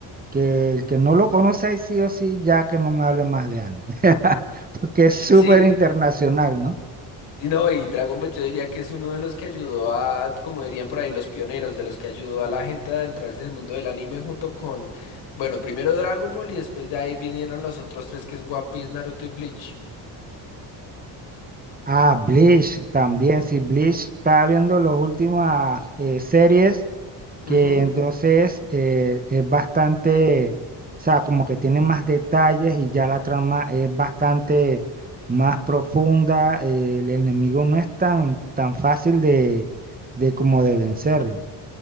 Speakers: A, on the right (about 20°); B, on the left (about 80°).
A: que el que no lo conoce ahí sí o sí, ya que no me hable más de anime. <laughs> Porque es súper
B: Sí,
A: internacional, ¿no?
B: Y no, y Dragon Ball yo diría que es uno de los que ayudó a, como dirían por ahí, los pioneros, de los que ayudó a la gente a adentrarse en el mundo del anime junto con, bueno, primero Dragon Ball y después de ahí vinieron los otros tres que es One Piece, Naruto y Bleach.
A: Ah, Bleach también. Sí, Bleach estaba viendo las últimas eh, series
B: Ujú.
A: que entonces eh, es bastante, o sea, como que tiene más detalles y ya la trama es bastante más profunda, eh, el enemigo no es tan, tan fácil de, de como de vencerlo.